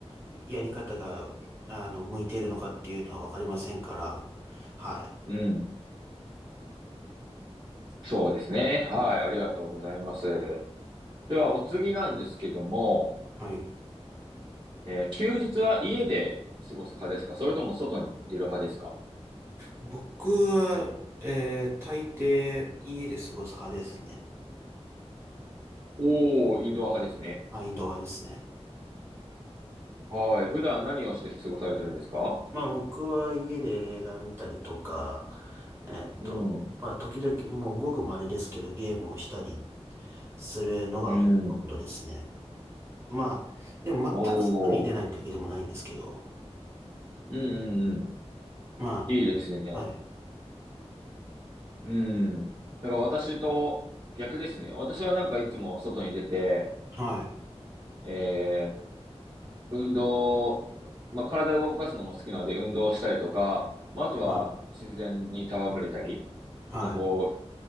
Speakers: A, on the right (about 25°); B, on the right (about 45°).
A: やり方が、あの、向いているのかっていうのはわかりませんから、はい。
B: うん。そうですね。はい。ありがとうございます。では、お次なんですけども、
A: はい。
B: えー休日は家で過ごす派ですかそれとも外に出る派ですか
A: 僕は、えー、大抵家で過ごす派ですね。
B: おー、インドア派ですね。
A: はい、インドア派ですね。
B: はい。普段何をして過ごされてるんですか
A: まあ僕は家で映画見たりとか、えーっと、
B: うん。
A: まあ時々、もうごく稀ですけどゲームをしたりするのがほとんどですね。
B: うん。
A: まあ、でも全く外に出ないってわけでもないんですけど、
B: おー。うんうんうん。
A: ま
B: いいですね。
A: あ、はい、
B: うん。だから私と逆ですね。私はなんかいつも外に出て、
A: はい、
B: えー、運動、まあ、体を動かすのも好きなので運動したりとか、まあ、あとは自然に戯れたり、
A: はい、はい、
B: まあ、こう、